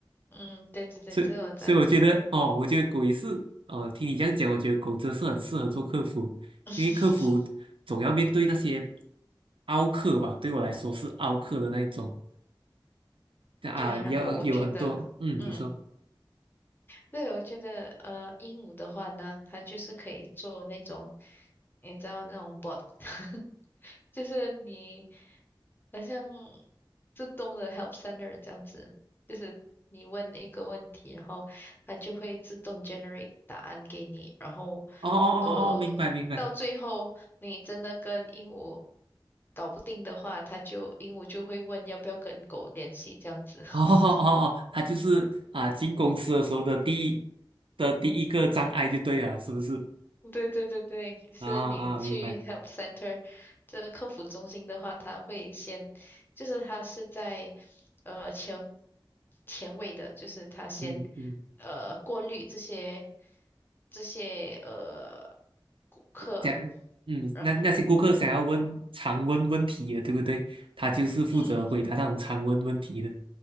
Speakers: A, on the left; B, on the right.
A: 嗯对对对，
B: 对，
A: 这个我赞同。
B: 所以我觉得哦，我觉得狗也是，呃，听你这样讲，我觉得狗真是很适合做客服，
A: <laughs>
B: 因为客服总要面对那些凹客吧，对我来说是凹客的那一种啊，
A: 对，
B: 你要有很多，
A: 然后我觉得。
B: 嗯，
A: 嗯。
B: 你说，
A: 对，我觉得呃，鹦鹉的话呢，它就是可以做那种，你知道那种 bot，<laughs> 就是你好像自动的 help center 这样子，就是你问一个问题，然后它就会自动 generate 答案给你，然后
B: 哦哦哦哦，
A: 呃，
B: 哦明白明白，
A: 到最后你真的跟鹦鹉搞不定的话，它就鹦鹉就会问要不要跟狗联系这样子。<laughs>
B: 哦哦哦哦，他就是啊，进公司的时候的第一的第一个障碍就对了，是不是？
A: 对对对对，就是你去
B: 啊啊，明白，
A: Help Center 这个客服中心的话，他会先，就是他是在呃前前位的，就是他先
B: 嗯嗯。
A: 呃过滤这些这些呃顾客，
B: 这样，嗯，
A: 然后
B: 那那些顾客想要问常问问题的，对不对？他就是负责回答那种常问问题的，
A: 嗯，